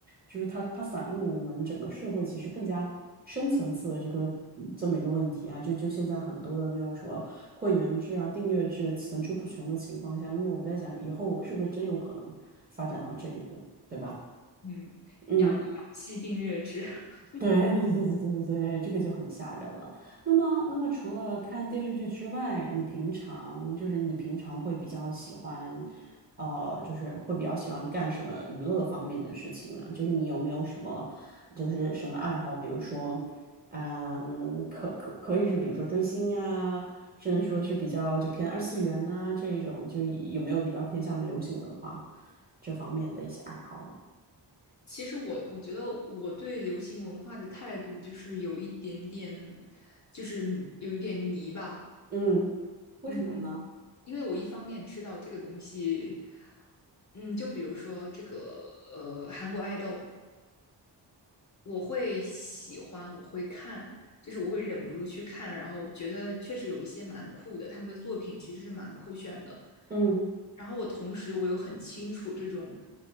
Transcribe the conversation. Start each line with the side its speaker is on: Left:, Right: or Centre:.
Right: 就是它它反映了我们整个社会其实更加深层次的这个嗯这么一个问题啊，就就现在很多的那种什么会员制啊、订阅制层出不穷的情况下，那么我在想以后是不是真有可能发展到这一步，对吧？
Left: 嗯，
Right: 嗯。
Left: 氧氧气订阅制，<laughs>
Right: 对对对对对对对对这个就很吓人了。那么，那么除了看电视剧之外，你平常就是你平常会比较喜欢，呃，就是会比较喜欢干什么娱乐方面的事情呢？就是你有没有什么，就是什么爱好？比如说，嗯，可可可以是比如说追星呀，甚至说是比较就偏二次元呐、
Left: 嗯。
Right: 这一种，就有没有比较偏向于流行文化这方面的一些爱好呢？
Left: 其实我我觉得我对流行文化的态度就是有一点点，就是有一点迷吧，
Right: 嗯，为什么呢？
Left: 嗯，因为我一方面知道这个东西，嗯，就比如说这个呃韩国爱豆，我会喜欢，我会看，就是我会忍不住去看，然后觉得确实有一些蛮酷的，他们的作品其实是蛮酷炫的。
Right: 嗯。
Left: 然后我同时我又很清楚这种，